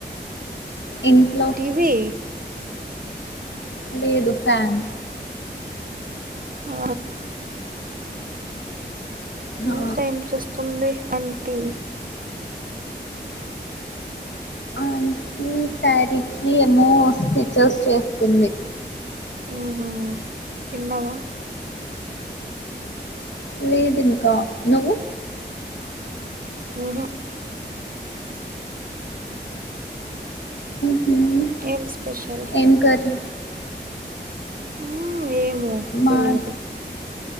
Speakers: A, on the left (about 85°); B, on the right (about 50°).
A: ఇంట్లో
B: టీవీ
A: లేదు ఫ్యాన్
B: ఆ
A: ఆ,
B: ఇంకా ఏం చేస్తుంది అంటీ
A: ఆ అంటీ సారీ కి ఏమో స్టిచెస్ చేస్తుంది
B: ఉ హ్ తిన్నావా
A: లేద్ ఇంకా నువ్వు
B: మ్ హ్
A: మ్
B: ఏం స్పెషల్
A: ఎం కర్రీ
B: మ్ ఏమో
A: మా
B: తెలీదు